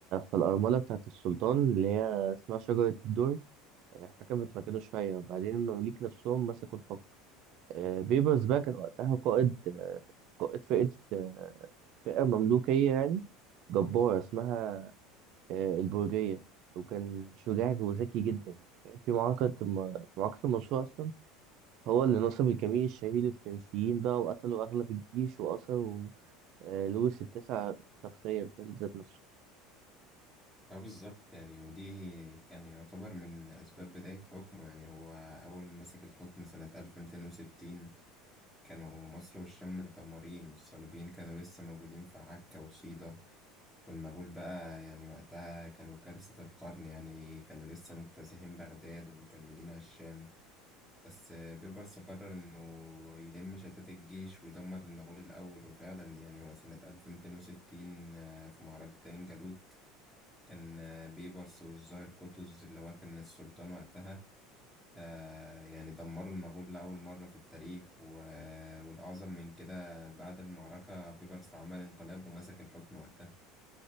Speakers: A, on the right; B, in the centre.
A: فالأرملة بتاعت السلطان اللي هي اسمها شجرة الدر آه، حكمت مكانه شوية وبعدين المماليك نفسهم مسكوا الحكم آه، بيبرز بقى كان وقتها قائد آه، قائد فئة آه، فئة مملوكية يعني جبارة اسمها آه، البرجية وكان شجاع وذكي جدا يعني فاهم؟ في معركة الم- في معركة المنصورة أصلا هو اللي نصب الكمين الشهير للفرنسيين بقى وقتلوا أغلب الجيش وأسروا آه، لويس التاسع شخصيا فاهم بذات نفسه
B: اه بالظبط يعني ودي كان يعتبر من أسباب بداية حكمه يعني هو أول ما مسك الحكم سنة 1260 كانوا مصر والشام متدمرين والصليبيين كانوا لسه موجودين في عكا وصيدا والمغول بقى يعني وقتها كانوا كارثة القرن يعني كانوا لسه مجتازحين بغداد ومكملين على الشام بس بيبرس قرر إنه يلم شتات الجيش ويدمر المغول الأول وفعلا يعني هو سنة 1260 آه، في معركة عين جالوت كان آه، بيبرس والظاهر قطز اللي هو كان السلطان وقتها آه، يعني دمروا المغول لأول مرة في التاريخ و- والأعظم من كده بعد المعركة بيبرس عمل انقلاب ومسك الحكم وقتها